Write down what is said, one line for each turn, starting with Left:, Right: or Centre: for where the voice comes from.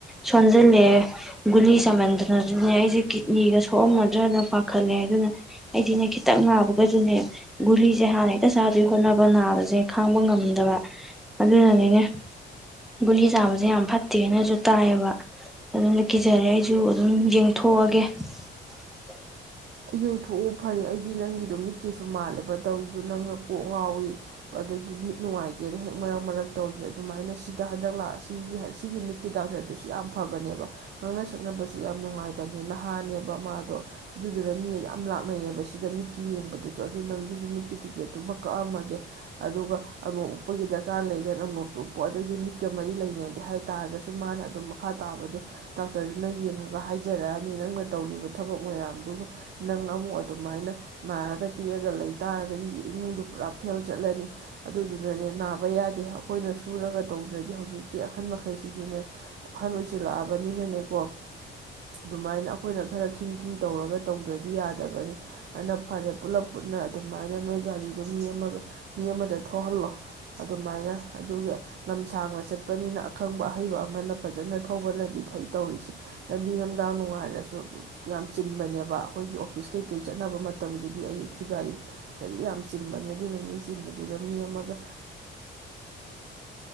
Centre: ꯁꯣꯟꯖꯜꯂꯛꯑꯦ ꯒꯨꯂꯤ ꯆꯥꯃꯟꯗꯅ ꯑꯗꯨꯅꯦ ꯑꯩꯁꯦ ꯀꯤꯗꯅꯤꯒ ꯁꯣꯛꯑꯝꯃꯗ꯭ꯔꯥꯅ ꯄꯥꯈꯠꯂꯦ ꯑꯗꯨꯅ ꯑꯩꯗꯤꯅꯦ ꯈꯤꯇꯪ ꯅꯥꯕꯒꯁꯨꯅꯦ ꯒꯨꯂꯤꯁꯦ ꯍꯥꯟꯅ ꯍꯦꯛꯇ ꯆꯥꯗꯣꯏ ꯍꯣꯠꯅꯕ ꯅꯥꯕꯁꯦ ꯈꯥꯡꯕ ꯉꯝꯗꯕ ꯑꯗꯨꯅꯅꯤꯅꯦ ꯒꯨꯂꯤ ꯆꯕꯁꯦ ꯌꯥꯝ ꯐꯠꯇꯦꯅꯁꯨ ꯇꯥꯏꯌꯦꯕ ꯑꯗꯨꯅ ꯀꯤꯖꯔꯦ ꯑꯩꯁꯨ ꯑꯗꯨꯝ ꯌꯦꯡꯊꯣꯛꯑꯒꯦ <unintelligible>
Right: ꯌꯦꯡꯊꯣꯛꯎ ꯐꯔꯦ ꯑꯩꯗꯤ ꯅꯪꯒꯤꯗꯨ ꯃꯤꯠꯀꯤꯁꯨ ꯃꯥꯜꯂꯦ ꯕꯇꯧꯔꯤꯗꯨ ꯅꯪꯅ ꯀꯣꯛ ꯉꯥꯎꯏꯤ ꯑꯗꯒꯤ ꯃꯤꯠ ꯅꯨꯡꯉꯥꯏꯇꯦꯅ ꯍꯦꯛ ꯃꯔꯛ ꯃꯔꯛ ꯇꯧꯔꯤꯁꯦ ꯑꯗꯨꯃꯥꯏꯅ ꯁꯤꯗ ꯍꯟꯗꯛ ꯂꯥꯛ ꯁꯤꯒꯤ ꯁꯤꯒꯤ ꯃꯤꯠꯀꯤ ꯗꯥꯛꯇꯔꯗꯨꯁꯨ ꯌꯥꯝ ꯐꯕꯅꯦꯕ ꯉꯥꯡꯅ ꯁꯛꯅꯕꯁꯨ ꯌꯥꯝ ꯅꯨꯡꯉꯥꯏꯕꯅꯦ ꯅꯍꯥꯅꯦꯕ ꯃꯥꯗꯣ ꯑꯗꯨꯗꯨꯅ ꯃꯤ ꯌꯥꯝ ꯂꯥꯛꯅꯩꯌꯦꯕ ꯁꯤꯗ ꯃꯤꯠꯀꯤ ꯌꯦꯡꯕꯗꯨꯁꯨ ꯑꯗꯨ ꯅꯪꯗꯨꯁꯨ ꯃꯤꯠꯀꯤ ꯇꯤꯀꯦꯠꯇꯨꯃ ꯀꯛꯑꯝꯃꯒꯦ ꯑꯗꯨꯒ ꯑꯅꯣꯞ ꯎꯞꯄꯒꯤ ꯗꯔꯀꯥꯔ ꯂꯩꯒꯅ ꯑꯅꯣꯞꯇꯣ ꯎꯞꯄꯣ ꯑꯗꯒꯤ ꯃꯤꯠꯀ ꯃꯔꯤ ꯂꯩꯅꯗꯦ ꯍꯥꯏ ꯇꯥꯔꯒꯁꯨ ꯃꯥꯅ ꯑꯗꯨꯝ ꯃꯈꯥ ꯇꯥꯕꯗꯨ ꯗꯥꯛꯇꯔꯗꯨꯅ ꯌꯦꯡꯉꯒ ꯍꯥꯏꯖꯔꯛꯑꯅꯤ ꯅꯪꯅ ꯇꯧꯔꯤꯕ ꯊꯕꯛ ꯃꯌꯥꯝ ꯗꯨꯒ ꯅꯪ ꯑꯃꯨꯛ ꯑꯗꯨꯃꯥꯏꯅ ꯅꯥꯔꯒ ꯇꯦꯛꯑꯒ ꯂꯩꯇꯥꯥꯔꯒꯗꯤ ꯏꯃꯨꯡꯗꯨ ꯄꯨꯔꯥ ꯐꯦꯜ ꯆꯠꯂꯅꯤ ꯑꯗꯨꯗꯨꯅꯅꯦ ꯅꯥꯕ ꯌꯥꯗꯦ ꯑꯩꯈꯣꯏꯅ ꯁꯨꯔꯒ ꯇꯧꯗ꯭ꯔꯗꯤ ꯍꯧꯖꯤꯛꯇꯤ ꯑꯍꯟ ꯃꯈꯩꯁꯤꯁꯨꯅꯦ ꯑꯍꯟ ꯑꯣꯏꯁꯤꯜꯂꯛꯑꯕꯅꯤꯅꯅꯦꯀꯣ ꯑꯗꯨꯃꯥꯏꯅ ꯑꯩꯈꯣꯏꯅ ꯈꯔ ꯈꯤꯡ ꯈꯤꯡ ꯇꯧꯔꯒ ꯇꯧꯗ꯭ꯔꯗꯤ ꯌꯥꯗꯕꯅꯦ ꯑꯗꯨꯅ ꯐꯔꯦ ꯄꯨꯂꯞ ꯄꯨꯟꯅ ꯑꯗꯨꯃꯥꯏꯅ ꯅꯣꯏ ꯒꯥꯔꯤꯗꯣ ꯃꯤ ꯑꯃꯒ ꯃꯤ ꯑꯃꯗ ꯊꯣꯛꯍꯜꯂꯣ ꯑꯗꯨꯃꯥꯏꯅ ꯑꯗꯨꯒ ꯂꯝ ꯁꯥꯡꯅ ꯆꯠꯄꯅꯤꯅ ꯑꯈꯪꯕ ꯑꯍꯩꯕ ꯑꯃꯅ ꯐꯖꯅ ꯊꯧꯕꯅꯗꯤ ꯐꯩ ꯇꯧꯔꯤꯁꯦ ꯂꯝꯕꯤ ꯂꯝꯗꯥꯡ ꯅꯨꯡꯉꯥꯏꯔꯁꯨ ꯌꯥꯝ ꯆꯤꯟꯕꯅꯦ ꯕ ꯑꯩꯈꯣꯏꯒꯤ ꯑꯣꯐꯤꯁ ꯀꯩꯀꯩ ꯆꯠꯅꯕ ꯃꯇꯝꯒꯤꯗꯤ ꯑꯌꯨꯛꯁꯤ ꯒꯥꯔꯤ ꯒꯔꯤ ꯌꯥꯝ ꯆꯤꯟꯕꯅꯤ ꯑꯗꯨꯅ ꯃꯤ ꯆꯤꯟꯕꯗꯨꯗ ꯃꯤ ꯑꯃꯒ